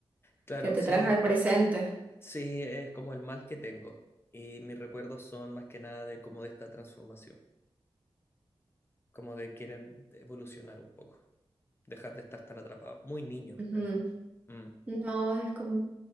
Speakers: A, on the left; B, on the right.
A: Claro,
B: que te
A: sí,
B: traes al presente.
A: sí, es como el mal que tengo. Y mis recuerdos son más que nada de como de esta transformación. como de querer evolucionar un poco, dejar de estar tan atrapado, muy niño
B: Ujú.
A: en el fondo. Mm,
B: No, es como